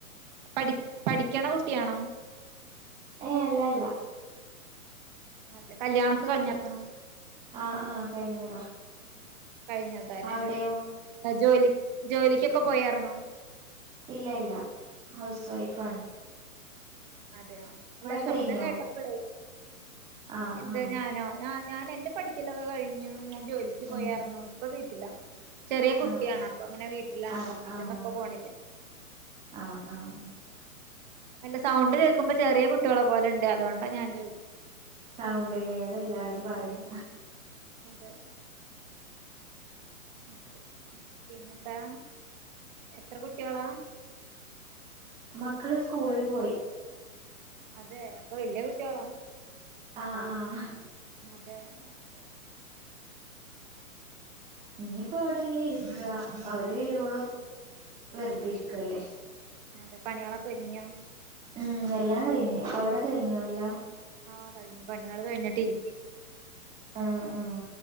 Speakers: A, on the right; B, on the right.
A: പഠി പഠിക്കണ കുട്ടിയണോ
B: ഏഹ് അല്ല അല്ല
A: അതെ കല്യാണ ഒക്കെ കഴിഞ്ഞപ്പണം
B: ആഹ് ആഹ് കഴിഞ്ഞതാ
A: കഴിഞ്ഞതാലേ
B: അവിടെയോ
A: ജോലി ജോലിക്കൊക്കെ പോയാർന്നോ
B: ഇല്ലല്ല ഹൗസ് വൈഫ് ആണ്
A: അതെയ അല്ല ശബ്ദം
B: കഴിഞ്ഞോ
A: കേട്ടപ്പോളേ
B: ആഹ്
A: എന്ത്
B: ആഹ്
A: ഞാനോ ആഹ് ഞാൻ എന്റെ പഠിക്കലൊക്കെ കഴിഞ്ഞു ഞാൻ ജോലിക്ക് പോയരുന്നു
B: ഉം
A: ഇപ്പ വീട്ടില ചെറിയ കുട്ടിയാണ്
B: ആഹ്
A: അപ്പൊ അങ്ങനെ വീട്ടിലാണ്
B: ആഹ്
A: പുറത്തേക്ക്
B: ആഹ്
A: ഒന്നും ഇപ്പോ പോണില്ല
B: ആഹ് ആഹ്
A: അല്ല സൗണ്ട് കേൾക്കുമ്പോ ചെറിയ കുട്ട്യാളെ പോലെണ്ട് അതൊണ്ടാ ഞാൻ ചോദു
B: സൗണ്ടല്ലേ അതെല്ലാരും പറയും
A: അതെല്ലേ ഓക്കേ പിന്നെന്താ എത്ര കുട്ടികളാ
B: മക്കള് സ്കൂളിൽ പോയി
A: അതെ അപ്പൊ വല്യ കുട്ട്യാളാ
B: ആഹ് ആഹ്
A: അതെ അതെ
B: ഇനിയിപ്പോ
A: പിന്നെ
B: അവിടെ ഇങ്ങനെ ഇരിക്കുക അവര് വരുവോളം വെറുതെ ഇരിക്കുവല്ലേ
A: അതെ പണികളൊക്കെ ഒരുങ്ങിയോ
B: ഉം എല്ലാം കഴിഞ്ഞ് അവിടെ കഴിഞ്ഞോ എല്ലാം
A: ആഹ് കഴിഞ്ഞു പണികള് കഴിഞ്ഞിട്ട് ഇരിക്കും
B: ഉം ഉം